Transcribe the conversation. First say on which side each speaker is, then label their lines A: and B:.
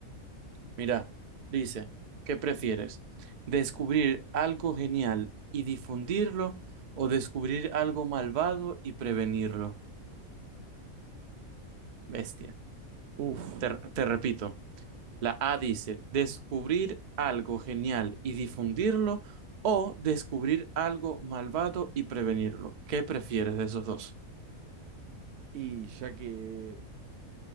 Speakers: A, on the right; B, on the right.
A: Mira, dice, ¿qué prefieres? ¿Descubrir algo genial y difundirlo o descubrir algo malvado y prevenirlo? Bestia.
B: Uf.
A: Te, te repito, la A dice, descubrir algo genial y difundirlo o descubrir algo malvado y prevenirlo. ¿Qué prefieres de esos dos?
B: Y ya que,